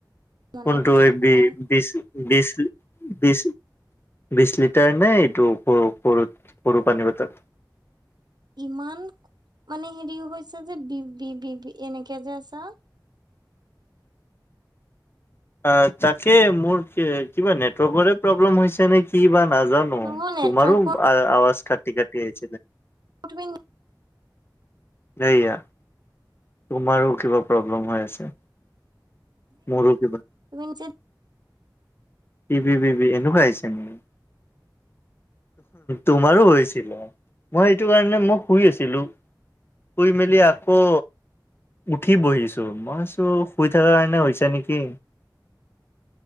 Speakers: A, on the right; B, on the left.
A: মনত
B: কোনটো
A: থকা
B: এই
A: কথা
B: বি বিশ বিশ বিশ বিশ লিটাৰ নে এইটো সৰু-সৰু-সৰু পানীৰ বটল?
A: ইমান মানে হেৰিও হৈছে যে বি-বি-বি-বি এনেকে যে আছা?
B: অ তাকে মোৰ কিবা নেটৱৰ্কৰে প্ৰব্লেম হৈছে নে কি বা। নাজানো
A: নহয় নেটৱৰ্কৰ
B: তোমাৰো আৱাজ কাটি কাটি আহিছিল।
A: বিটিন।
B: সেইয়া। তোমাৰো কিবা প্ৰব্লেম হৈ আছে মোৰো কিবা।
A: বিনিঞ্চিত।
B: বি বি এনেকুৱা আহিছে নেকি? তোমাৰো হৈছিলে মই এইটো কাৰণে মোক শুই আছিলো। শুই মেলি আকৌ। উঠি বহিছো মই আছো শুই থকা কাৰণে হৈছে নেকি?